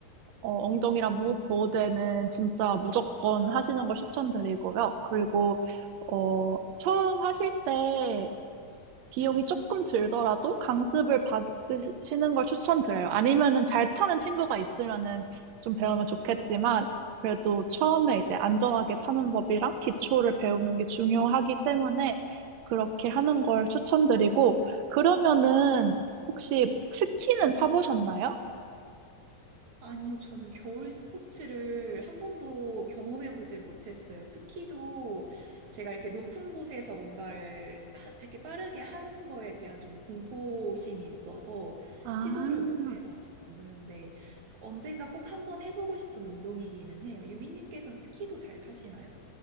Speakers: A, on the right; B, on the right.
A: 어, 엉덩이랑 무릎 보호대는 진짜 무조건 하시는 걸 추천드리고요. 그리고, 어, 처음 하실 때 비용이 조금 들더라도 강습을 받으시는 걸 추천드려요. 아니면은 잘 타는 친구가 있으면은 좀 배우면 좋겠지만, 그래도 처음에 이제 안전하게 타는 법이랑 기초를 배우는 게 중요하기 때문에 그렇게 하는 걸 추천드리고, 그러면은 혹시 스키는 타보셨나요?
B: 아니요, 저는 겨울 스포츠를 한 번도 경험해보질 못했어요. 스키도 제가 이렇게 높은 곳에서 뭔가를 하- 이렇게 빠르게 하는 거에 대한 좀 공포심이 있어서
A: 아,
B: 시도를 못 해봤어요. 그런데 언젠가 꼭 한 번 해보고 싶은 운동이기는 해요. 유민님께서는 스키도 잘 타시나요?